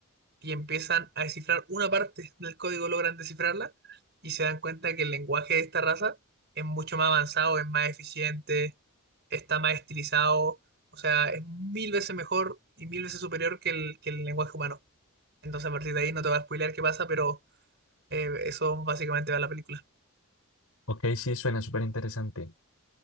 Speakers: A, on the right (about 50°); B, on the left (about 80°).
A: y empiezan a descifrar una parte del código, logran descifrarla y se dan cuenta que el lenguaje de esta raza es mucho más avanzado, es más eficiente, está más estilizado, o sea, es mil veces mejor y mil veces superior que el, que el lenguaje humano. Entonces a partir de ahí no te va a spoilear qué pasa, pero eh, eso básicamente va a la película.
B: ok, sí, suena súper interesante.